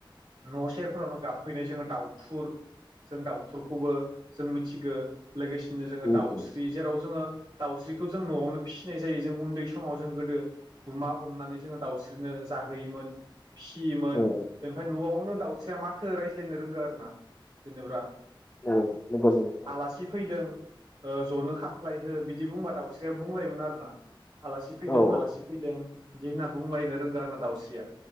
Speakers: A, on the right (about 50°); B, on the left (about 20°).
A: न' सेरफोरावनो गाबफैनाय जोङो दाउथुर जों दाउथुरखौबो जों मिथिगौ लोगोसेनो जोङो
B: उम
A: दाउस्रि
B: उम
A: जेराव जोङो दाउस्रिखौ जों न'आवनो फिसिनाय जायो जों उन्दै समाव जों गोदो गुमा हमनानै जोङो दाउस्रिनो जाहोयोमोन फिसियोमोन
B: औ
A: ओमफ्राय न'आवनो दाउस्रिया माथो रायज्लायनो रोंगो आरो ना जेनेबा
B: औ नंगौ नंगौ
A: आलासि फैदों जनो खामफ्लाय बिदि बुंबा दाउस्रियाव बुंलायोमोन आरोना आलासि फैदों
B: औ
A: आलासि फैदों बिदि होनना बुंलायनो रोंगौ आरो ना दाउस्रिया